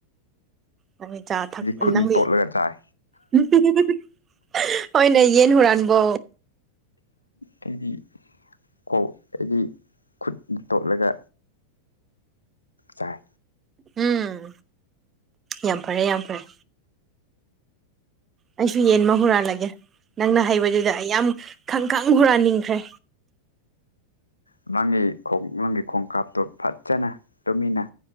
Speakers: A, on the right; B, on the left.
A: ꯅꯪ ꯆꯥ ꯊꯛ
B: ꯈꯨꯠꯅ
A: ꯅꯪꯗꯤ
B: ꯇꯣꯠꯂꯒ ꯆꯥꯏ
A: <unintelligible> ꯍꯣꯏꯅꯦ ꯌꯦꯟ ꯍꯨꯔꯥꯟꯕꯣ
B: ꯑꯩꯗꯤ ꯀꯣ ꯑꯩꯒꯤ ꯈꯨꯠ ꯇꯣꯠꯂꯒ ꯆꯥꯏ
A: ꯎꯝ ꯌꯥꯝ ꯐꯔꯦ ꯌꯥꯝ ꯐꯔꯦ ꯑꯩꯁꯨ ꯌꯦꯟ ꯑꯃ ꯍꯨꯔꯥꯜꯂꯒꯦ ꯅꯪꯅ ꯍꯩꯕꯗꯨꯗ ꯑꯩ ꯌꯥꯝ ꯈꯪꯈꯪ ꯍꯨꯔꯥꯟꯅꯤꯡꯈ꯭ꯔꯦ
B: ꯎ ꯅꯪꯒꯤꯣꯡ ꯅꯪꯒꯤ ꯈꯣꯡꯀꯥꯞꯇꯣ ꯐꯖꯅ ꯇꯨꯃꯤꯟꯅ